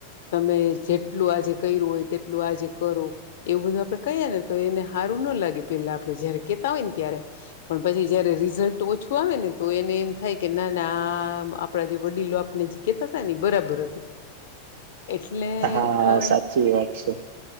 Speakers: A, on the left; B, on the right.
A: તમે જે એટલું આજે કર્યું હોય તેટલું આજે કરો, એવું બધું આપડે કહીએ ને તો એને સારું ના લાગે. પેલા આપણે જયારે કેતા હોય ને ત્યારે, પણ પછી જયારે રિઝલ્ટ ઓછું આવે ને તો એને એમ થાય કે ના અને આ આપડા જે વડીલો આપને જે કેતા હતા ને બરાબર હતું. એટલે
B: હા
A: અ
B: સાચી વાત છે